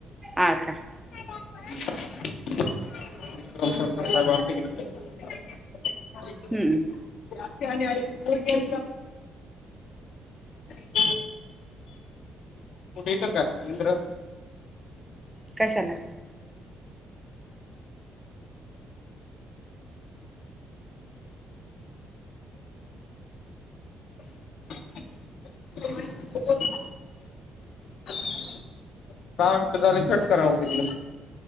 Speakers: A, in the centre; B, on the left.
A: आ का -
B: <inaudible> <unintelligible> जास्ती
A: हम्म
B: आणि ऐ - दुर्केल <inaudible> - कुटे इत का चीद्र?
A: कशाला?
B: <inaudible> काय म्ह कसं झाले कट करावं तिकडं.